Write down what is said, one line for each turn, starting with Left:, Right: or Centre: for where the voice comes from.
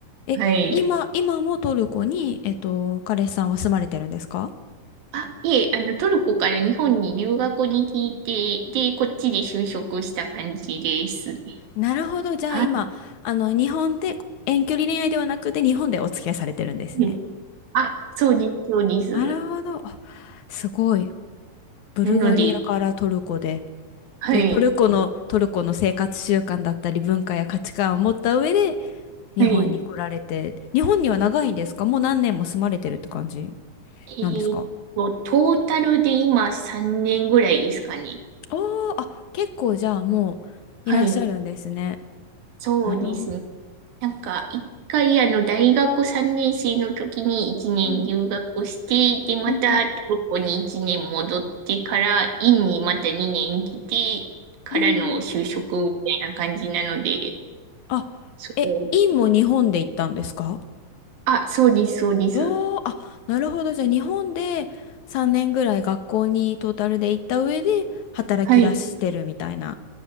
Left: え、
Right: はい。
Left: 今、今もトルコに、えっと、彼氏さんは住まれてるんですか
Right: あ、いえ、あの、トルコから日本に留学に来て、で、こっちで就職した感じですね。
Left: なるほど。じゃあ今、
Right: は
Left: あの、日本で、遠距離恋愛ではなくて日本でお付き合いされてるんですね。
Right: い。あ、そうです、そうです。
Left: なるほど。あ、すごい。ブルガリアからトルコで。
Right: なので、はい。
Left: で、トルコの、トルコの生活習慣だったり文化や価値観を持った上で日本に来られて、
Right: はい。
Left: 日本には長いんですかもう何年も住まれてるって感じ
Right: えーっと、
Left: なんですか
Right: トータルで今3年ぐらいですかね。
Left: あーあ、結構じゃあもういらっしゃるんですね。
Right: はい。そうですね。
Left: なるほど。
Right: なんか、一回あの、大学3年生の時に1年留学して、
Left: うん、
Right: で、またトルコに1年戻ってから、
Left: うん、うん。
Right: 院にまた2年来て、からの就職みたいな感じなので、
Left: うんあ、
Right: そう、
Left: え、インも日本で行ったんですか
Right: あ、そうです、そうです。
Left: おー、あ、なるほど。じゃあ日本で3年ぐらい学校にトータルで行った上で働き出してるみたいな。
Right: はい。